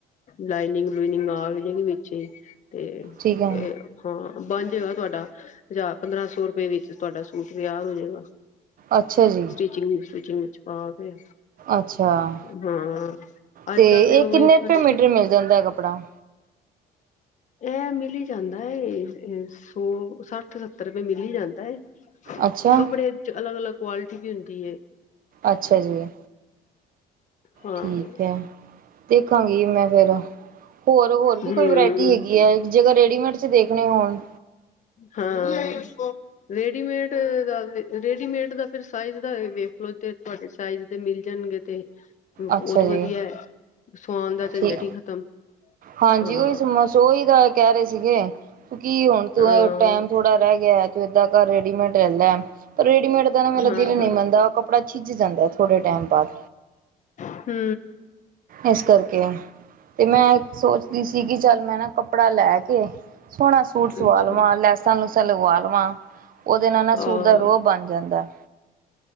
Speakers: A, on the left; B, on the right.
A: ਲਾਈਨਿੰਗ-ਲੁਇਨਿੰਗ ਆ ਗਈ ਹੈਗੀ ਵਿੱਚ ਤੇ
B: ਠੀਕ ਹੈ
A: ਇਹ। ਹਾਂ, ਬਣ ਜਾਏਗਾ ਤੁਹਾਡਾ ਹਜ਼ਾਰ ਪੰਦਰਾਂ- ਸੌ ਰੁਪਏ ਵਿੱਚ ਤੁਹਾਡਾ ਸੂਟ ਤਿਆਰ ਹੋਜਏਗਾ।
B: ਅੱਛਾ ਜੀ
A: ਸਚਿੰਗ ਸਿਚਿੰਗ ਵਿੱਚ ਪਾ ਕੇ।
B: ਅੱਛਾ,
A: ਹਾਂ ਅੱਜ
B: ਤੇ
A: ਕੱਲ
B: ਇਹ
A: ਉਹ
B: ਕਿੰਨੇ ਰੁਪਏ
A: ਫਰਸ਼ੀ
B: ਮੀਟਰ ਮਿਲ ਜਾਂਦਾ ਐ ਕੱਪੜਾ।
A: ਐਹ ਮਿਲ ਈ ਜਾਂਦਾ ਏ, ਸੌ ਸੱਠ ਸੱਤਰ ਕੋਈ ਮਿਲ ਈ ਜਾਂਦਾ ਏ
B: ਅੱਛਾ
A: ਕੱਪੜੇ ਚ ਅਲੱਗ-ਅਲੱਗ ਕੁਆਲਿਟੀ ਵੀ ਹੁੰਦੀ ਹੈ।
B: ਅੱਛਾ ਜੀ।
A: ਹਾਂ
B: ਠੀਕ ਐ, ਦੇਖਾਂਗੀ ਮੈਂ ਫੇਿਰ। ਹੋਰ-ਹੋਰ ਵੀ
A: ਹਮ
B: ਕੋਈ ਵਰਾਇਟੀ ਹੈਗੀ ਏ ਜੇ ਕੋਈ ਰੈਡੀਮੇਡ ਚ ਦੇਖਣੇ ਹੋਣ।
A: ਹਾਂ ਰੇਡੀਮੇਡ ਦਾ ਰੇਡੀਮੇਡ ਦਾ ਫਿਰ ਸਾਈਜ਼ ਦਾ ਵੇਖ ਲੋ ਤੇ ਤੁਹਾਡੇ ਸਾਈਜ਼। ਤੇ ਮਿਲ ਜਾਣਗੇ ਤੇ, ਬਹੁਤ
B: ਅੱਛਾ
A: ਵਧੀਆ
B: ਜੀ
A: ਏ ਸੁਆਨ ਦਾ ਝੰਜਟ
B: ਠੀਕ
A: ਈ ਖਤਮ।
B: ਹਾਂਜੀ,
A: ਹਾਂ
B: ਉਹੀ ਸਮੋ ਓਹੀ ਦਾ ਕਹਿ ਰਹੇ ਸੀਗੇ ਕੀ ਹੁਣ ਤੂੰ
A: ਹਾਂ
B: ਟਾਈਮ ਥੋੜਾ ਰਹਿ ਗਿਆ ਏ, ਤੂੰ ਏਦਾਂ ਘਰ ਰੇਡੀਮੇਡ ਲੈਲੈ, ਰੇਡੀਮੇਡ ਦਾ ਨਾ ਮੇਰਾ
A: ਹਾਂ
B: ਦਿਲ ਨਹੀਂ
A: ਹਾਂ
B: ਮੰਨਦਾ। ਕਪੜਾ ਛਿੱਝ ਜਾਂਦਾ ਥੋੜੇ ਟੈਮ ਬਾਅਦ।
A: ਹੂੰ।
B: ਇਸ ਕਰਕੇ ਤੇ ਮੈਂ ਸੋਚਦੀ ਸੀਗੀ ਕਿ ਚੱਲ ਮੈਂ ਨਾ ਕੱਪੜਾ ਲੈ ਕੇ ਸੋਹਣਾ ਸੂਟ ਸਵਾ
A: ਅੱਛਾ
B: ਲਵਾਂ, ਲੈਸਾਂ-ਲੂਸਾਂ ਲਗਵਾ ਲਵਾਂ। ਓਦੇ ਨਾਲ ਨਾ
A: ਹਾਂ
B: ਸੂਟ ਦਾ ਰੋਬ ਬਣ ਜਾਂਦਾ।